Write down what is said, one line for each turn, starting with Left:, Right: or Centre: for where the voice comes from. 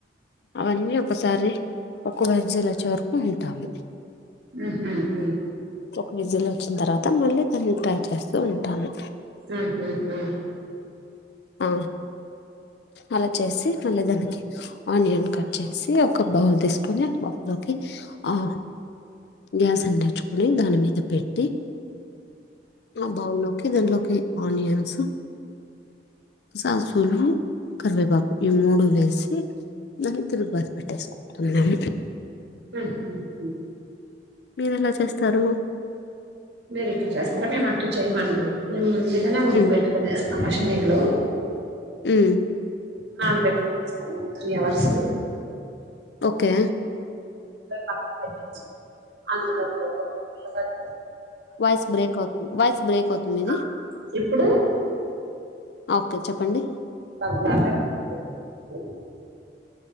Left: అవన్నీ ఒకసారి ఒక వెజ్జిలు వచ్చేవరకు ఉంటాము
Right: హ్మ్ హు మ్మ్
Left: ఒక విజిల్ వచ్చిన తర్వాత మళ్ళీ దాన్ని ట్రై చేస్తూ ఉంటాను
Right: ఉహు ఉహు
Left: ఆ అలా చేసి మళ్ళీ దానికి ఆనియన్ కట్ చేసి ఒక బౌల్ తీసుకొని ఆ బౌల్లోకి ఆ గ్యాస్ అందించుకొని దాని మీద పెట్టి ఆ బాగున్నా దాంట్లోకి ఆనియన్స్ ససూలు కరివేపాకు ఈ మూడు వేసి నం తిరుగుబాత పెట్టేసు న్నం
Right: ఆ హా హ
Left: మీరెలా చేస్తారు
Right: మీరు ఇట్ల చేస్తారా మేము అట్ల చేయమండి మేము ముందు ఇదనే ఉడగబెట్టుకొనేస్తాం
Left: ఉమ్
Right: అమ్మ శనిగులు
Left: ఉమ్
Right: నానబెట్టుకునేస్తాం త్రీ అవర్స్
Left: ఓకే
Right: పక్క పెట్టేసుకోని అందులోకి ఒక ఉల్లగడ్డ
Left: వాయిస్ బ్రేక్ అవుతుంది వాయిస్ బ్రేక్ అవుతుంది మీది
Right: ఆ! ఇప్పుడు
Left: ఓకే చెప్పండి
Right: <unintelligible>